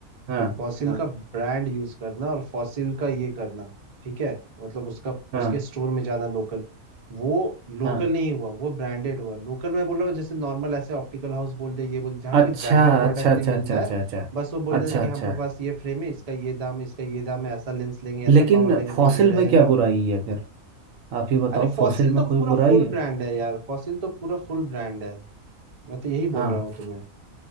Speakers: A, on the right; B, on the right.
A: हाँ
B: फॉसिल
A: हाँ
B: का ब्रांड यूज करना और फॉसिल का ये करना ठीक है मतलब उसका
A: हाँ
B: उसके स्टोर में जाना लोकल वो लोकल
A: हाँ
B: नहीं हुआ वो ब्रांडेड हुआ लोकल मैं बोल रहा हूँ जैसे नॉर्मल ऐसे ऑप्टिकल हाउस बोल दे ये बोल जहाँ
A: अच्छा
B: कोई ब्रांडेड प्रोडक्ट
A: अच्छा अच्छा
B: नहीं मिलता
A: अच्छा अच्छा
B: है
A: अच्छा
B: बस वो बोल देते
A: अच्छा
B: कि
A: अच्छा
B: हम पे पास ये फ्रेम है इसका ये दाम है इसका ये दाम है ऐसा लेंस लेंगे ऐसा
A: लेकिन
B: पावर लेंगे
A: फॉसिल
B: तो ये रहेगा
A: में क्या बुराई है फिर आप ही बताओ
B: अरे फॉसिल
A: फॉसिल में
B: तो
A: कोई
B: पूरा
A: बुराई
B: फुल
A: है
B: ब्रांड है यार फॉसिल तो पूरा फुल ब्रांड है मैं तो यही
A: हाँ
B: बोल रहा हूँ तुम्हें